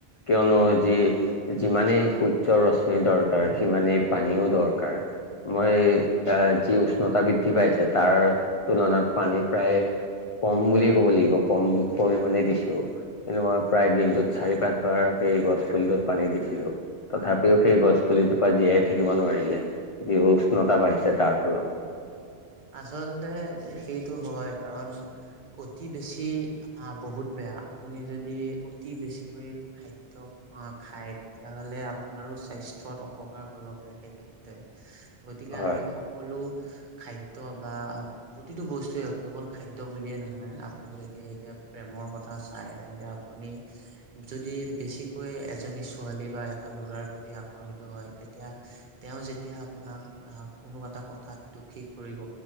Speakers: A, on the left (about 60°); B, on the right (about 50°).
A: কিয়নো যি। যিমানেই সূৰ্যৰ ৰশ্মি দৰকাৰ সিমানেই পানীও দৰকাৰ মই আহ যি উষ্ণতা বৃদ্ধি পাইছে তাৰ তুলনাত পানী প্ৰায়ে কম বুলিয়ে ক'ব লাগিব কম পৰিমানে দিছো কিন্তু মই প্ৰায় দিনটোত চাৰি পাঁচ বাৰ সেই গছ পুলিটোত পানী দিছিলো তথাপিও সেই গছ পুলিজোপা জীয়াই থাকিব নোৱাৰিলে যি উষ্ণতা বাঢ়িছে তাৰ ফলত
B: আচলতে সেইটো হয় কাৰণ অতি বেছি আহ বহুত বেয়া আপুনি যদি অতি বেছিকৈ খাদ্য অ খাই তেতিয়াহলে আপোনাৰো স্বাস্থ্যত অপকাৰ কৰিব পাৰে সেই ক্ষেত- তে গতিকে
A: হয়
B: আমি সকলো খাদ্য বা প্ৰতিটো বস্তুৱে কেৱল খাদ্য বুলিয়ে নহয় আপুনি যদি এতিয়া প্ৰেমৰ কথা চাই তেন্তে আপ- পুনি যদি বেছি কৈ এজনী ছোৱালী বা এটা লৰাৰ প্ৰতি আকৰ্ষিত হয় তেতিয়া তেওঁ যেতিয়া আপোনাক আহ কোনো এটা কথাত দোষী কৰিব